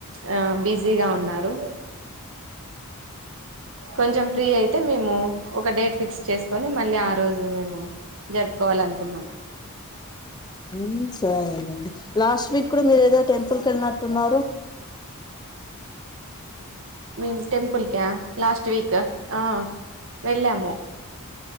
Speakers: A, on the right; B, on the left.
A: ఆ బిజీగా ఉన్నారు కొంచెం ఫ్రీ అయితే మేము ఒక డేట్ ఫిక్స్ చేసుకొని మళ్ళీ ఆ రోజు మేము జరుపుకోవాలనుకున్నాం
B: యూ సరేనండి లాస్ట్ వీక్ కూడా మీరు ఏదో టెంపుల్ కెళ్ళినట్టున్నారు
A: మేము టెంపుల్ కా లాస్ట్ వీక్ ఆ వెళ్ళాము